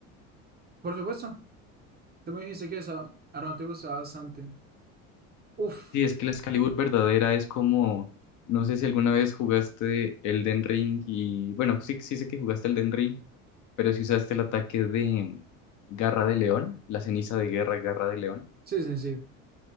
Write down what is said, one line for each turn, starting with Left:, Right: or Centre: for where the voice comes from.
Right: Por supuesto, tú me dijiste que esa arma te gustaba bastante. Uf,
Left: Sí, es que la Excalibur verdadera es como, no sé si alguna vez jugaste Elden Ring y, bueno, sí, sí sé que jugaste Elden Ring, pero si usaste el ataque de Garra de León, la ceniza de guerra Garra de León.
Right: sí, sí, sí.